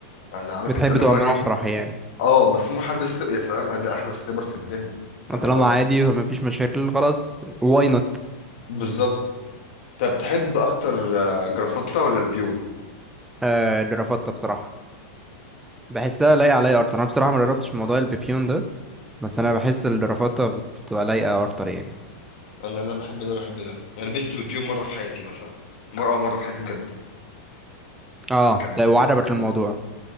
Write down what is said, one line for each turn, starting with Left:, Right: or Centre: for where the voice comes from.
Left: انا عارف
Centre: بتحب
Left: انت اللي
Centre: تبقى
Left: هو
Centre: مرحرح
Left: ايه
Centre: يعني
Left: اه مسموح البس سليبر يا سلام ادي احلى سليبر في الدنيا انا
Centre: طالما
Left: رايح
Centre: عادي وما فيش مشاكل خلاص واي نوت
Left: بالظبط طب تحب اكتر آه، جرافطه ولا بيبيون
Centre: آه دي رفضتها بصراحة بحسها لايقة عليا اكتر انا بصراحة ما جربتش موضوع البيبيون ده بس انا بحس الرفاطة بت- بتبقى لايقة اكتر يعني
Left: انا لا بحب ده بحب ده انا لبست بيبيون مره في حياتي مثلا مره اول مره في حياتي بجد
Centre: اه
Left: كان
Centre: لا، وعجبك
Left: كان
Centre: الموضوع